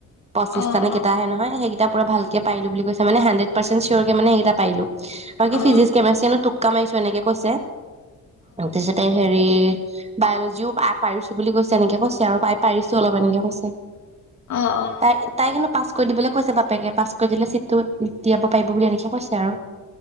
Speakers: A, on the right (about 20°); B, on the left (about 65°).
A: পচিছ্তানে
B: অ'
A: কেইটাহে আহে নহয় সেই এটা পৰা ভালকে পিলো বুলি কৈছে মে হাণ্ডেড পাৰ্চেট চিয়ৰ কে মানেইটা পাইলো হয় কি
B: অ'
A: ফিজিক্ কেমেষ্ট্ৰ কামাইছো এনেকে কৈছে অ তেছ ত হ বায়লজিও পাই পাৰিছো বুলি কৈছে এনেকে কৈছে আৰু পাই পাৰিছো অলপ এনেকে কৈছে
B: অ' অ'।
A: তাই তাই কিন্তু পাছ কৰি দিবলৈ কৈছে বাপেকে পাচক দিলে ছিটটো দিয়াব পাৰিব বুলি এনেকে কৈছে আৰু